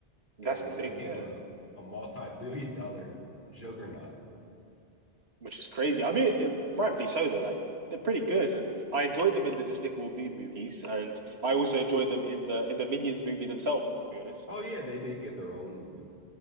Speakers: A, on the right; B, on the left.
A: That's
B: and
A: the thing.
B: they became
A: Yeah.
B: a, a multi-billion dollar juggernaut.
A: Which is crazy. I mean, it, rightfully so, though. Like, they're pretty good. And I enjoyed them in the Despicable Me movies. And I also enjoyed them in the in the Minions movie themselves, to be honest.
B: Oh yeah, they did get their own movie.